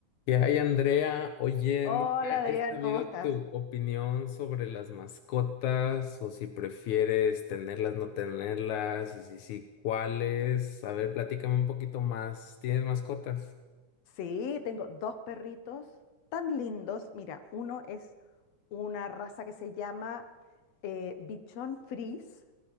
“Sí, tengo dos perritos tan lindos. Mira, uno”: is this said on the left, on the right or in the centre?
Left